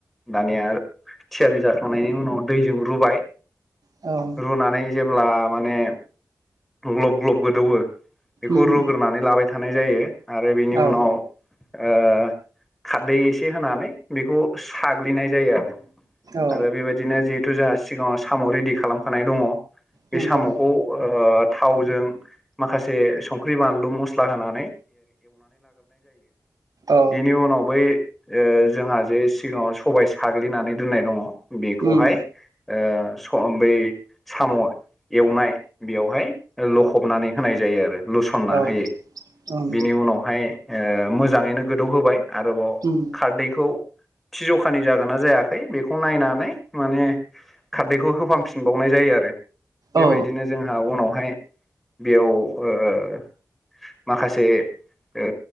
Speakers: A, in the centre; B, on the right.
A: दानियार थियारि जाखांनायनि उनाव दैजों रुबाय
B: औ।
A: रुनानै जेब्ला माने ग्लब ग्लब गोदौवो बेखौ
B: उम
A: रुग्रोनानै लाबाय थानाय जायो आरो बेनि
B: औ
A: उनाव ओ खारदै एसे होनानै बेखौ साग्लिनाय जायो आरो।
B: औ
A: आरो बेबायदिनो जिहेतु जोंहा सिगाङाव साम' रेडि खालामखानाय दङ
B: नंगौ
A: बे साम'खौ ओ थावजों माखासे संख्रि बानलु मस्ला होनानै
B: औ
A: बिनि उनाव बै ओ जोंहा जे सिगाङाव सबाय साग्लिनानै दोननाय दङ बेखौहाय
B: उम
A: ओ सम बै साम' एवनाय बेवहाय लखबनानै होनाय जायो आरो लुसनना
B: औ
A: होयो
B: उम
A: बिनि उनावहाय ओ मोजाङैनो गोदौ होबाय आरोबाव
B: उम
A: खारदैखौ थिजखानि जागोना जायाखै बेखौ नायनानै माने खारदैखौ होफामफिन बावनाय जायो आरो बेबायदिनो
B: औ
A: जोंहा उनावहाय बेयाव ओ माखासे ओ